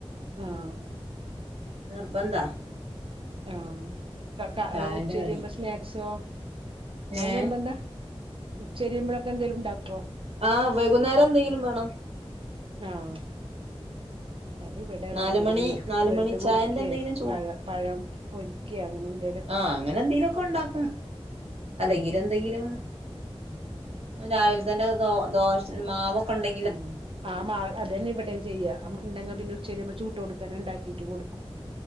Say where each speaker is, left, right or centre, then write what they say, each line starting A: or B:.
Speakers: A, on the right (about 55°); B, on the right (about 75°).
A: ആഹ്
B: നിർബന്ധാ.
A: ആഹ് കാക
B: ചായന്റെ
A: ഉച്ചേരിയിമ്പം
B: കടി
A: സ്നാക്സോ അവും
B: ഏ
A: നിർബന്ധാ ഉച്ചരിയുമ്പൊഴൊക്കെ എന്തേലും ണ്ടാക്കോ
B: ആഹ് വൈകുന്നേരം എന്തെങ്കിലും വേണം
A: ആഹ് അത് ഇവിടെ അത
B: നാല്
A: അങ്ങനെന്നെ.
B: മണി നാല്
A: ബ്രെഡ്
B: മണി ചായന്റെ
A: പൊരിക്കെ,
B: എന്തെങ്കിലും
A: പഴ പഴം പൊരിക്കെ അങ്ങനെ എന്തെലും.
B: ആഹാ അങ്ങനെ എന്തെലും ക്കൊ ഒണ്ടാക്കും, അല്ലെങ്കില്
A: ഉം ഉം
B: എന്തെങ്കിലും. രാവിൽതെൻ്റെ ദോ ദോഷ മാവൊക്കൊണ്ടെയ്.
A: ആഹാ ആഹാ മാവെ അതന്നെ ഇവിടെയും ചെയ്യാ. അമ്മണ്ടങി പിന്നെ ഉച്ചരിയിമ്പം- ചൂട്ടോട്ക്കെന്നെ ണ്ടാക്കീട്ട് കൊടുക്കും.